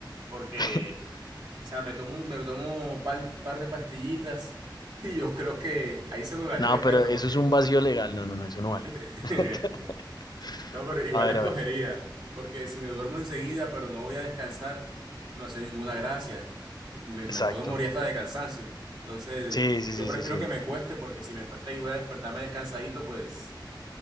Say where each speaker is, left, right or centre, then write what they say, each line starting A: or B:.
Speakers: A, on the right; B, on the left.
A: Porque,
B: <laughs>
A: o sea, me tomo, me tomo un par, par de pastillitas y yo creo que ahí se anularía
B: No,
A: el efecto,
B: pero eso
A: porque
B: es un vacío legal. No, no, no, eso no vale.
A: <laughs>
B: <laughs>
A: No, pero igual
B: A ver,
A: escogería,
B: a ver.
A: porque si me duermo enseguida, pero no voy a descansar, no hace ninguna gracia. Me,
B: Exacto.
A: me puedo morir hasta de cansancio. Entonces,
B: Sí, sí,
A: yo
B: sí,
A: prefiero
B: sí, sí.
A: que me cueste, porque si me cuesta y voy a despertarme descansadito, pues